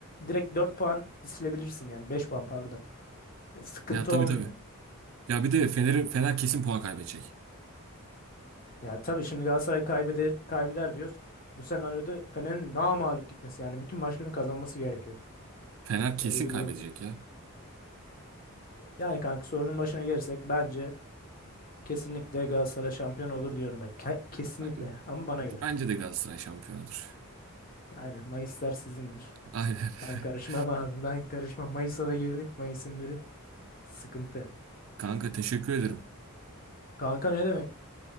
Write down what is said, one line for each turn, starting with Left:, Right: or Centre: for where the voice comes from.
Left: direkt 4 puan silebilirsin yani 5 puan pardon. E, Sıkıntı
Right: Ya tabii
Left: olmuyor.
Right: tabii. Ya bir de Fener Fener kesin puan kaybedecek.
Left: Ya tabii şimdi Galatasaray kaybeder, kaybeder diyoruz. Bu senaryoda Fener'in namağlup gitmesi yani bütün maçlarını kazanması gerekiyor.
Right: Fener kesin
Left: Öyle bir
Right: kaybedecek
Left: durum var.
Right: ya.
Left: Yani kanka sorunun başına gelirsek bence kesinlikle Galatasaray şampiyon olur diyorum. Bak, ke- kesinlikle
Right: Ben,
Left: ama bana
Right: bence
Left: göre.
Right: de Galatasaray şampiyon olur.
Left: Yani Mayıslar sizindir.
Right: Aynen. <laughs>
Left: Ben karışmam <laughs> abi. Ben karışmam. Mayıs'a da girdik. Mayıs'ın biri sıkıntı.
Right: Kanka teşekkür ederim.
Left: Kanka ne demek?